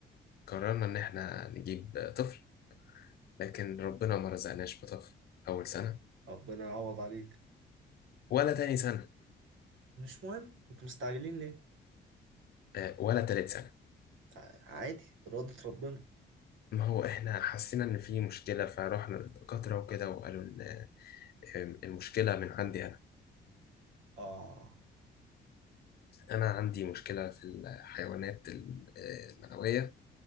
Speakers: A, on the left; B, on the right.
A: قررنا إن إحنا نجيب طفل لكن ربنا ما رزقناش بطفل أول سنة
B: ربنا يعوض عليك
A: ولا تاني سنة
B: مش مهم انتوا مستعجلين ليه
A: آه، ولا تالت سنة
B: ع- عادي إرادة ربنا
A: ما هو احنا حسينا ان في مشكلة فروحنا للدكاترة وكده وقالوا ان آه، المشكلة من عندي انا
B: آه
A: انا عندي مشكلة في الحيوانات الم- آه، المنوية